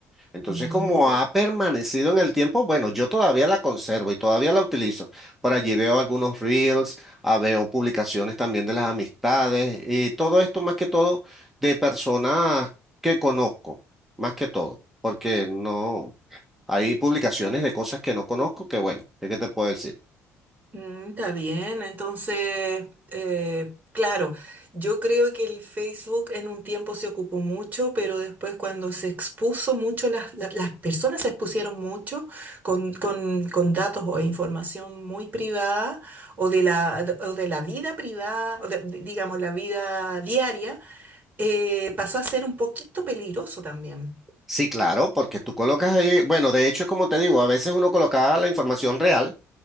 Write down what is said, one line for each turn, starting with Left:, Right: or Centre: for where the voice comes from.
Centre: Entonces,
Right: Mira.
Centre: como ha permanecido en el tiempo, bueno, yo todavía la conservo y todavía la utilizo. Por allí veo algunos reels, ah, veo publicaciones también de las amistades y todo esto más que todo de personas que conozco, más que todo, porque no hay publicaciones de cosas que no conozco que bueno, ¿qué qué te puedo decir?
Right: Mm, Está bien, entonces, eh, claro, yo creo que el Facebook en un tiempo se ocupó mucho, pero después cuando se expuso mucho, las, la- las personas se expusieron mucho con, con, con datos o información muy privada o de la, o de la vida privada, o de- de- digamos, la vida diaria, eh, pasó a ser un poquito peligroso también.
Centre: Sí, claro, porque tú colocas ahí, bueno, de hecho, como te digo, a veces uno colocaba la información real